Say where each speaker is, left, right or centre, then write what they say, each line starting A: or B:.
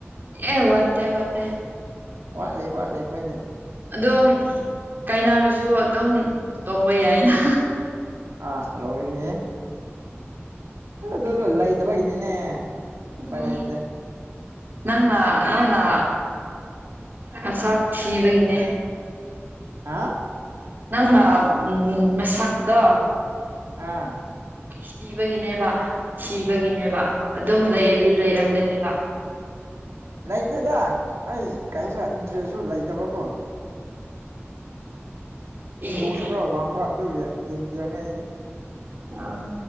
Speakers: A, on the right; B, on the right.
A: ꯑꯦ ꯋꯥꯠꯇ ꯋꯥꯠꯇ
B: ꯋꯥꯠꯂꯤ ꯋꯥꯠꯂꯤ ꯑꯩꯈꯣꯢꯗꯤ
A: ꯑꯗꯣ ꯀꯥꯢꯅꯔꯁꯨ ꯑꯗꯨꯝ ꯇꯣꯡꯕ ꯌꯥꯢꯌꯦꯅ
B: ꯑꯥ ꯂꯣꯢꯔꯦꯍꯦ ꯑꯗꯨꯂꯣ ꯂꯩꯇꯕꯒꯤꯅꯤꯅꯦ
A: ꯎꯝ
B: ꯎꯄꯥꯏ ꯂꯩꯇꯦ
A: ꯅꯪꯅ ꯅꯪꯅ ꯃꯆꯥꯛ ꯊꯤꯕꯒꯤꯅꯦ
B: ꯍꯥꯥ
A: ꯅꯪꯅ ꯃꯁꯛꯇꯣ
B: ꯑꯥ
A: ꯁꯤꯕꯒꯤꯅꯦꯕ ꯁꯤꯕꯒꯤꯅꯦꯕ ꯑꯗꯨꯝ ꯂꯩꯕꯗꯤ ꯂꯩꯔꯝꯒꯅꯦꯕ
B: ꯂꯩꯇꯦꯗ ꯑꯩ ꯀꯩꯁꯨ ꯏꯟꯇꯔꯦꯁꯁꯨ ꯂꯩꯇꯕꯀꯣ
A: ꯑꯦ
B: ꯏꯒꯣꯁꯨ ꯈꯔ ꯋꯥꯡꯕ ꯑꯗꯨꯒꯤ ꯗꯦꯝꯇꯤꯌꯔꯅꯤ ꯑꯩꯗꯤ
A: ꯑ